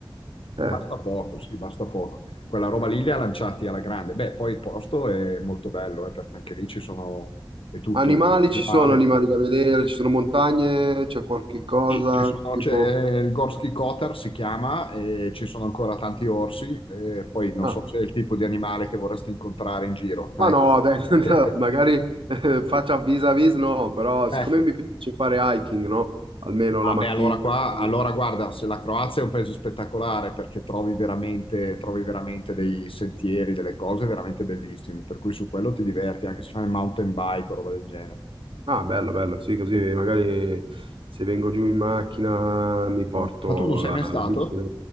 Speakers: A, on the right; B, on the left.
A: eh.
B: Basta poco, sì, basta poco. Quella roba lì li ha lanciati alla grande. Beh, poi il posto è molto bello, eh, perché anche lì ci sono, è tutto
A: Animali, ci
B: naturale.
A: sono animali da vedere, ci sono montagne, c'è qualche cosa,
B: Ci sono-
A: tipo...
B: c'è il Gorski Kotar, si chiama, e ci sono ancora tanti orsi, e poi non
A: Ah,
B: so se è il tipo di animale che vorresti incontrare in giro.
A: ma
B: eh.
A: no, dai, <laughs>
B: <laughs>
A: no, magari eh, faccia vis-à-vis, no, però siccome
B: Ecco,
A: mi piace fare hiking, no? Almeno
B: Ah
A: la mattina.
B: beh, allora qua,
A: così.
B: allora guarda, se la Croazia è un paese spettacolare perché trovi veramente, trovi veramente dei sentieri, delle cose veramente bellissime, per cui su quello ti diverti anche se fai mountain bike o roba del genere.
A: Ah, bello, bello, sì, così
B: Sì.
A: magari se vengo giù in macchina mi porto
B: Eh. Ma tu non sei
A: la,
B: mai
A: la
B: stato?
A: bici.